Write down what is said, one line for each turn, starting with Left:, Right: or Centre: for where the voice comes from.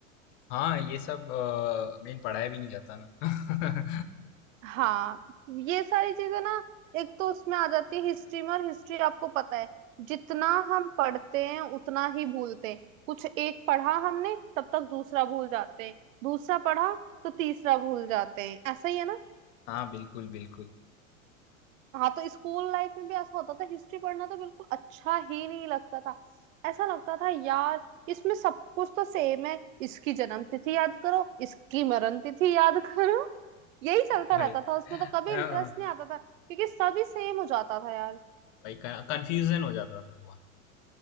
Left: हाँ ये सब मेन पढ़ाई भी नहीं करता ना
Right: हाँ ये सारी चीजें ना एक तो उसमें आ जाती है हिस्ट्री में और हिस्ट्री आपको पता है जितना हम पढ़ते हैं उतना ही भूलते हैं कुछ एक पढ़ा हमने तब तक दूसरा भूल जाते हैं दूसरा पढ़ा तो तीसरा भूल जाते हैं ऐसा ही है ना
Left: <laughs> हाँ बिल्कुल बिल्कुल <laughs>
Right: हाँ तो स्कूल लाइफ में भी ऐसा होता था हिस्ट्री पढ़ना तो बिल्कुल अच्छा ही नहीं लगता था ऐसा लगता था यार इसमें सब कुछ तो सेम है इसकी जन्म तिथि याद करो इसकी मरण तिथि याद करो यही चलता
Left: भाई
Right: रहता था उसमें तो कभी
Left: हाँ,
Right: इंटरेस्ट नहीं आता था क्योंकि सभी सेम हो जाता था यार
Left: भाई कंफ्यूजन हो जाता था बहुत